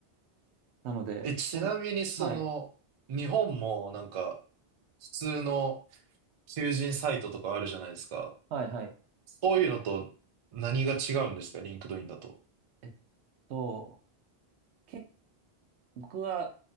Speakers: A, on the right (about 85°); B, on the right (about 50°).
A: なので、
B: ーえ、ちなみにその、
A: ほん、はい、
B: 日本もなんか、普通の求人サイトとかあるじゃないですか。
A: はい、はい。
B: そういうのと何が違うんですか、リンクドインだと。
A: えっと、け、僕が